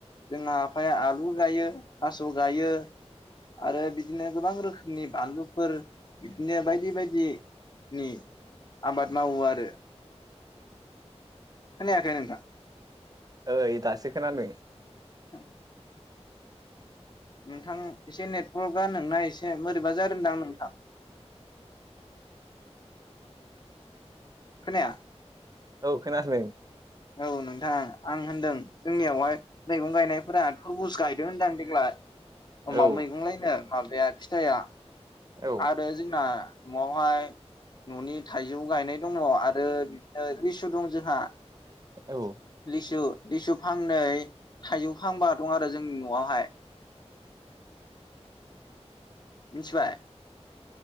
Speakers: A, on the left (about 40°); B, on the right (about 35°).
A: जोंना आफाया आलु गायो थास' गायो आरो बि बिदिनो गोबां रोखोमनि बानलुफोर बिदिनो बायदि बायदिनि आबाद मावो आरो खोनायाखै नोंथां?
B: ओइ दासो खोनादों।
A: <inaudible> नोंथां एसे नेटवर्कआ नोंना एसे बोरैबा जादोंदां नोंथां? खोनाया?
B: औ खोनादों
A: औ नोंथां आं होनदों जोंनियावहाय मैगं गायनायफोरा तुरबुस गायदों होनदां देग्लाय अमा
B: औ
A: मैगं लायनो माबाया फिथाइआ
B: औ
A: आरो जोंना न'आवहाय न'नि थाइजौ गायनाय दङ आरो बिदिनो लेसु <unintelligible> जोंहा
B: औ
A: लेसु- लेसु फांनै थाइजौ फांबा दं आरो जोंनि न'आवहाय मिथिबाय?